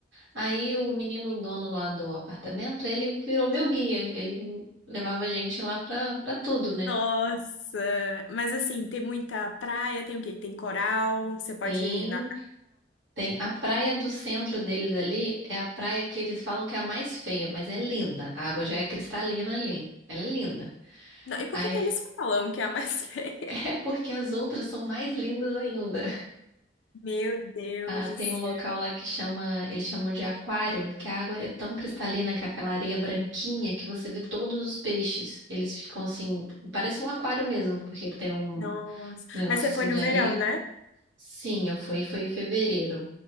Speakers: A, on the right (about 75°); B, on the left (about 85°).
A: Aí o menino dono lá do apartamento, ele virou meu guia. Ele levava a gente lá pra, pra tudo, né?
B: nossa! Mas assim, tem muita praia, tem o quê? Tem coral, você pode
A: Sim,
B: nadar.
A: tem a praia do centro deles ali, é a praia que eles falam que é a mais feia, mas é linda. A água já é cristalina ali. Ela é linda.
B: Não, e por
A: Aí,
B: que que eles falam que é a mais <laughs> feia?
A: <laughs> é porque as outras são mais lindas ainda.
B: Meu Deus
A: Ah, tem
B: do céu!
A: um local lá que chama, eles chamam de aquário, que a água é tão cristalina que é aquela areia branquinha que você vê todos os peixes. Eles ficam assim, parece um aquário mesmo, porque tem um
B: Nossa!
A: um negócio
B: Mas você
A: assim
B: foi no
A: de
B: verão,
A: areia.
B: né?
A: Sim, eu fui, foi em fevereiro.